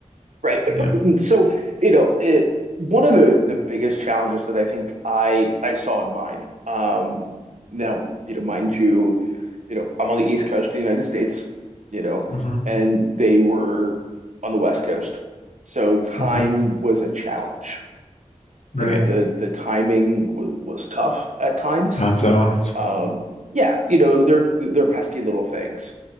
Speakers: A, on the right (about 65°); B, on the left (about 60°).
A: Right.
B: Yeah.
A: <clears throat> So, you know, it, one of the the biggest challenges that I think I I saw in mine, um, now, you know, mind you, you know, I'm on the East Coast of the United States, you know,
B: hmm
A: and they were on the West Coast. So time
B: hmm
A: was a challenge. You
B: Right.
A: know, the the timing was was tough at times.
B: Time zones.
A: Um, yeah, you know, they're they're pesky little things.